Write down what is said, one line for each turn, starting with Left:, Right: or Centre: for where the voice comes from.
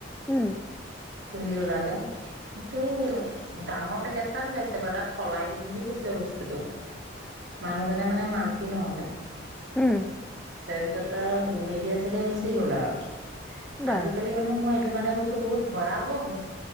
Centre: উম,
Right: চুলি ওলালে। কিন্তু, ডাঙৰ পেকেট তাত ওলাইছে বা তাত সলাই দিম বুলি কৈছিলে বস্তুটো। মানুহজনে মানে মান্তি নহলে।
Centre: উম।
Right: তাৰপিছত আৰু মিডিয়া চিডিয়া গুচি গ'ল আৰু।
Centre: বাহ!
Right: আজিকালি মানে মই এইটো স কাৰনে কৈছো বহুত ভয়াৱহ হৈছে। <unintelligible>